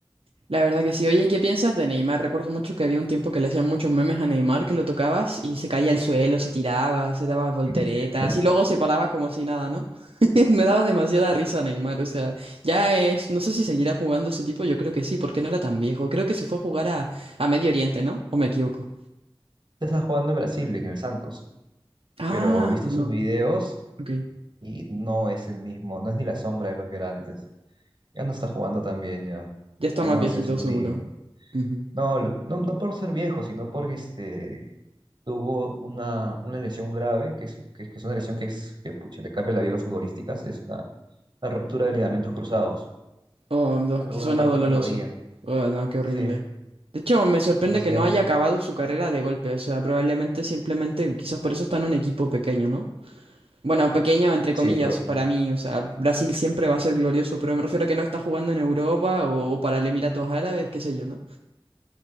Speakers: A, on the right; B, on the right.
A: La verdad que sí. Oye, ¿qué piensas de Neymar? Recuerdo mucho que había un tiempo que le hacían muchos memes a Neymar, que lo tocabas y se caía al suelo, se tiraba, se daba volteretas
B: <laughs>
A: y luego se paraba como si nada, ¿no? <laughs> Me daba demasiada risa Neymar, o sea, ya es, no sé si seguirá jugando ese tipo, yo creo que sí, porque no era tan viejo. Creo que se fue a jugar a, a Medio Oriente, ¿no? ¿O me equivoco?
B: Tú estás jugando en Brasil, en el Santos.
A: Ah,
B: pero he visto
A: no,
B: sus videos
A: ok.
B: y no es el mismo, no es ni la sombra de lo que era antes. Ya no está jugando tan bien ya,
A: Ya está
B: ya
A: más
B: no
A: viejito
B: hace sus
A: seguro.
B: dribbling.
A: Ujú.
B: No, lo- no, no por ser viejo, sino porque este, tuvo una, una lesión grave, que es, que, es que es una lesión que, es, que pucha, le cambia la vida a los futbolistas, es una, una ruptura de ligamentos cruzados,
A: Oh, dos,
B: alguna
A: que suena
B: parte
A: doloroso.
B: de la rodilla.
A: Oh, no, qué horrible.
B: Sí,
A: De hecho, me sorprende
B: entonces
A: que
B: ya
A: no
B: no...
A: haya acabado su carrera de golpe. O sea, probablemente simplemente, quizás por eso está en un equipo pequeño, ¿no? Bueno, pequeño entre
B: Sí,
A: comillas
B: pues
A: para mí. O sea, Brasil siempre va a ser glorioso, pero me refiero a que no está jugando en Europa o, o para el Emiratos Árabes, qué sé yo, ¿no?